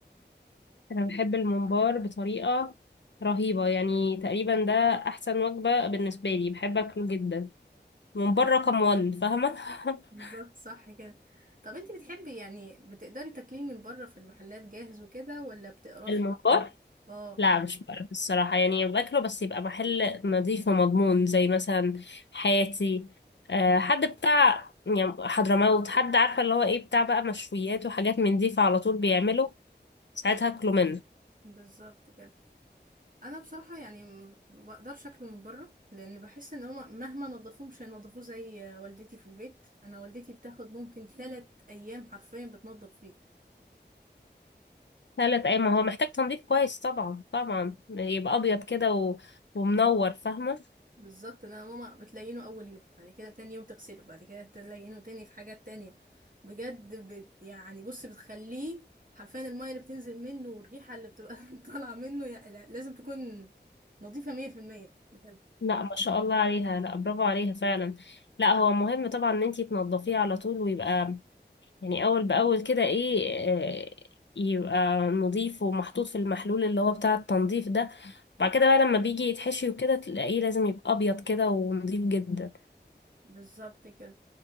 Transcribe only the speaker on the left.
انا بحب الممبار بطريقه رهيبه يعني تقريبا ده احسن وجبه بالنسبه لي بحب اكله جدا الممبار رقم 1 فاهمه <laughs>
الممبار
لا مش بعرف الصراحة يعني باكله بس يبقى محل نظيف ومضمون زي مثلا حياتي آه، حد بتاع يعني حضرموت حد عارفة اللي هو ايه بتاع بقى مشويات وحاجات من دي فعلى طول بيعمله ساعتها
اكله منه
ثلاث ايام ما هو محتاج تنظيف كويس طبعا طبعا يبقى ابيض كده و... ومنور فاهمة
لا ما شاء الله عليها لا برافو عليها فعلا لا هو مهم طبعا ان انتي تنظفيه على طول ويبقى يعني اول باول كده ايه آه، يبقى نضيف ومحطوط في المحلول اللي هو بتاع التنظيف ده وبعد كده بقى لما بيجي يتحشي وكده تلاقيه لازم يبقى ابيض كده ونضيف جدا